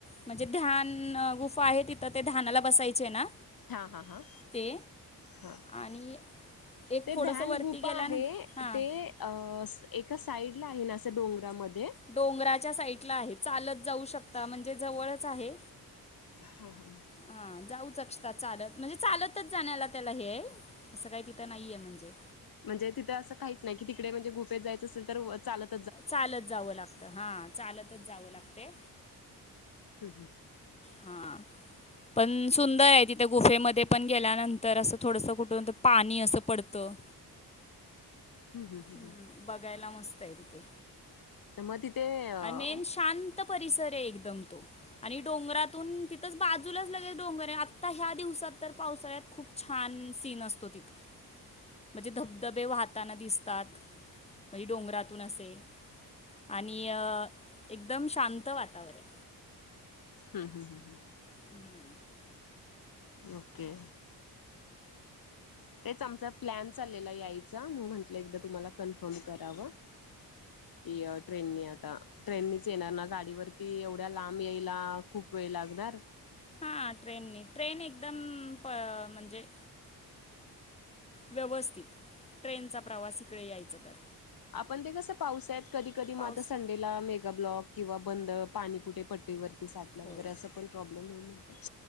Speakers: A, on the left; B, on the left.
A: म्हणजे ध्यान गुफा आहे तिथं ते ध्यानाला बसायचे ना.
B: हां हां हां
A: ते
B: हां.
A: आणि एक
B: ते
A: थोडंसं
B: ध्यान
A: वरती
B: गुफा
A: गेल्यानं
B: आहे
A: हां
B: ते अ -एका साईडला आहे नां डोंगरामध्ये.
A: डोंगराच्या साईडला आहे चालत जाऊ शकता म्हणजे जवळच आहे.
B: हा हा.
A: हा जाऊ चकता चालत म्हणजे चालतच जाण्याला त्याला हे हाय. असं काय तिथं नाहीये म्हणजे.
B: म्हणजे तिथं असं काहीच नाय की तिकडे म्हणजे गुफेत जायं असेल तर चातत
A: चालत जावं लागत हा चालतच जावं लागते.
B: हम् हम्.
A: हा. पण सुंदर आहे तिथे गुफेमध्ये पण गेल्यानंतर असं थोडंस कुठून त पाणी असं पडतं.
B: हम् हम् हम्.
A: हम्म, बघायला मस्त आहे तिथे
B: तर मग तिथे अ
A: मेन शांन त परिसरये एकदम तो. आणि डोंगरातून तिथंच बाजूलाच लगेल डोंगरये आत्ता ह्या दिवसात तर पावसाळ्यात खूप छान सीन असतो तिथ म्हणजे धबधबे वाहताना दिस तात म्हणजे डोंगरातून असे आणि एकदम शांत वातावरण.
B: हम् हम् हम् हम्.
A: हम्म.
B: ओके. तेच आमचा प्लॅन चाललेला यायचा म म्हटलं एकदा तुम्हाला कन्फर्म करावं. य ट्रेननी आता ट्रेननीच येणार ना गाडीवरती एवढ्या लांब यायला खूप वेळ लागणार.
A: हा ट्रेननी ट्रेन एकदम प - म्हणजे व्यवस्थित ट्रेनचा प्रवास इकडे यायचं तर.
B: आपण ते कसं पावसाळयात कधी कधी म
A: पाऊस
B: आता सं डेला मेगा ब्लॉक किंवा बंद पाणी कुठे पट्टीवरती साठलं
A: हो.
B: वगैरे असं पण प्रॉब्लेम होय म्हणत